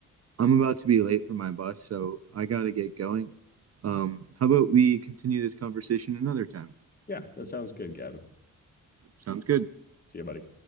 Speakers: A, on the right (about 50°); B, on the left (about 30°).
A: I'm about to be late for my bus, so I gotta get going. Um, how about we continue this conversation another time?
B: yeah, that sounds good, Gavin.
A: Sounds good.
B: See you, buddy.